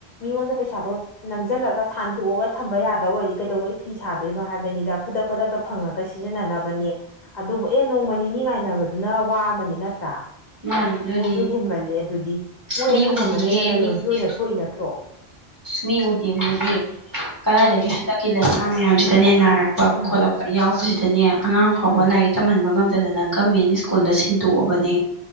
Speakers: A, on the left; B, on the right.
A: ꯃꯤꯉꯣꯟꯗ ꯄꯩꯁꯥꯗꯣ ꯅꯝꯁꯤꯜꯂꯒ ꯁꯥꯟꯇꯣꯛꯑꯒ ꯊꯝꯕ ꯌꯥꯗ ꯑꯗ ꯑꯣꯏꯔꯗꯤ ꯀꯩꯗꯧꯕꯩ ꯐꯤ ꯁꯥꯗꯣꯏꯅꯣ ꯍꯥꯏꯕꯅꯤꯗ ꯈꯨꯗꯛ ꯈꯨꯗꯛꯇ ꯐꯪꯉꯒ ꯁꯤꯖꯤꯟꯅꯅꯕꯅꯦ ꯑꯗꯨꯕꯨ ꯑꯦ ꯅꯣꯡꯃ ꯅꯤꯅꯤ ꯉꯥꯏꯅꯕꯗꯨꯅ ꯋꯥꯃꯅꯤ ꯅꯠꯇ꯭ꯔꯥ
B: ꯃꯥꯅꯤ ꯑꯗꯨꯅꯤ
A: ꯃꯣꯏꯁꯨ ꯍꯦꯟꯃꯜꯂꯦ ꯑꯗꯨꯗꯤ ꯃꯣꯏ
B: ꯃꯤ
A: ꯑꯗꯨ
B: ꯎꯗꯤꯌꯦ
A: ꯉꯝꯃꯅꯤꯅ ꯂꯂꯣꯟꯕꯤ
B: ꯃꯤ ꯎꯗꯦ
A: ꯑꯣꯏꯅ ꯊꯣꯛꯏ ꯅꯠꯇ꯭ꯔꯣ
B: ꯃꯤ ꯎꯗꯤ ꯃꯗꯤ ꯀꯗꯥꯏꯗꯒꯤ
A: ꯃꯥꯅꯦ
B: ꯍꯟꯗꯛꯀꯤ ꯂꯥꯏꯅꯥ ꯃꯌꯥꯝꯁꯤꯗꯅꯦ ꯅꯥꯔꯛꯄ
A: ꯎꯝ
B: ꯈꯣꯠꯂꯛꯄ ꯌꯥꯎꯕꯁꯤꯗꯅꯦ ꯑꯉꯥꯡ ꯐꯥꯎꯕ
A: ꯎꯝ
B: ꯂꯥꯏꯔꯤꯛ ꯇꯝꯍꯟꯕ ꯉꯝꯗꯗꯅ ꯒꯃꯦꯟ ꯁ꯭ꯀꯨꯜꯗ ꯁꯤꯟꯇꯣꯛꯑꯕꯅꯦ